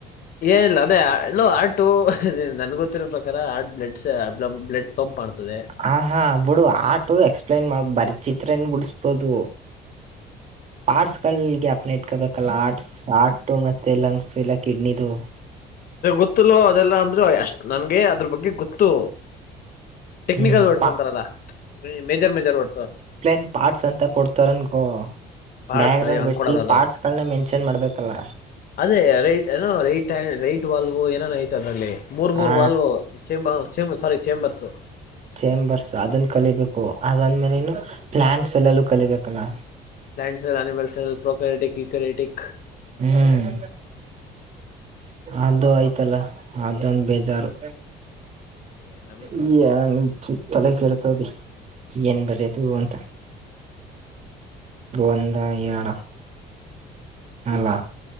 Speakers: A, on the left; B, on the right.
A: ಏನಿಲ್ಲ ಅದೇ ಇಲ್ಲೋ ಹಾಟು ನನ್ಗೆ ಗೊತ್ತಿರೋ ಪ್ರಕಾರ ಆಟ್ ಬ್ಲಡ್ಸ್ ಬ್ಲಡ್ ಪಂಪ್ ಮಾಡುತ್ತದೆ
B: ಹ ಹಾ ಬಿಡು ಹಾಟು ಎಕ್ಸಪ್ಲನ್ ಮಾಡ ಬರೀ ಚಿತ್ರನ ಬಿಡಿಸಬೋದು ಆರ್ಟ್ಸ್ ಗಳಿಗ ಗಾಪ್ನ ಇಟ್ಕೋಬೇಕಲ್ಲ ಆರ್ಟ್ಸ್ ಹಾರ್ಟು ಮತ್ತೆ ಲಂಗ್ಸ್ ಇಲ್ಲ ಕಿಡ್ನಿದು
A: ಅ ಗೊತ್ತಲು ಅದೆಲ್ಲಾ ಅಂದ್ರರು ಎಷ್ಟ್ ನನ್ಗೆ ಅದ್ರ ಬಗ್ಗೆ ಗೊತ್ತು ಟೆಕ್ನಿಕಲ್
B: ಹ್ಮ್
A: ವರ್ಡ್ಸ್
B: ಪಾ
A: ಅಂತಾರಲ್ಲ ಮೇಜರ್ ಮೇಜರ್ ವರ್ಡ್ಸ್
B: ನ್ ಪಾರ್ಟ್ಸ್ ಅಂತ ಕೊಡ್ತಾರನ್ಗ
A: ಪಾರ್ಟ್ಸ್
B: ಡಯಾಗ್ರಾಮ್
A: ಹಂಗ್
B: ಬಿಡಸಿ
A: ಕೊಡೋದಲ್ಲ
B: ಪಾಟ್ಸ ಗಳನ್ನ ಮೆನ್ಷನ್ ಮಾಡ ಬೇಕಲ್ಲ
A: ಅದೇ ರೈಟ್ ಏನೋ ರೈಟ್ ರೈಟ್ ವಾಲ್ವ ಏನೇನ ಐತ ಅಲ್ಲಿ ಮೂರ್
B: ಹಾ
A: ಮೂರ್ ವಾಲ್ವ ಚೇಂಬ ಹ ಚೇಂಬರ್ ಸಾರಿ ಚೇಂಬರ್ಸ್
B: ಚೇಂಬರ್ಸ್ ಅದನ್ನ ಕಲಿಬೇಕು ಅದಂದ್ಮೇಲೆನು ಪ್ಲಯಾಂಟ್ಸ್ ಎಲ್ಲಲ್ಲೂ ಕಲಿಬೇಕಲ್ಲ
A: plants and animals prokaryotic eukaryotic
B: ಹ್ಮ್ ಅದು ಆಯ್ತಲ್ಲ ಅದಂದು ಬೇಜಾರು
A: ಏನ ಬಿಡ
B: ನೀ ತಲೆ ಕೆಡತದೆ ಏನ್ ಬರದು ಅಂತ ಒಂದ ಏರಡಾ ಅಲ್ಲ